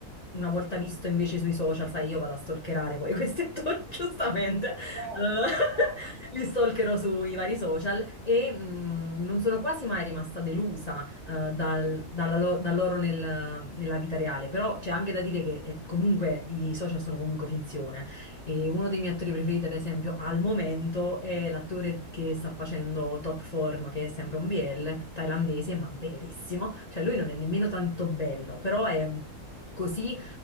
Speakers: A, on the left; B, on the right.
A: una volta visto invece sui social, sai, io vado a stalkerare poi questi <laughs> attori, giustamente, eh,
B: Certo, ci sta. <laughs>
A: <laughs> li stalkerò sui vari social e mh, non sono quasi mai rimasta delusa eh, dal, dalla lo- da loro nel- nella vita reale, però c'è anche da dire che eh, comunque i social sono comunque finzione. E uno dei miei attori preferiti, ad esempio, al momento è l'attore che sta facendo Top Form, che è sempre un BL thailandese, ma bellissimo. Cioè, lui non è nemmeno tanto bello, però è così,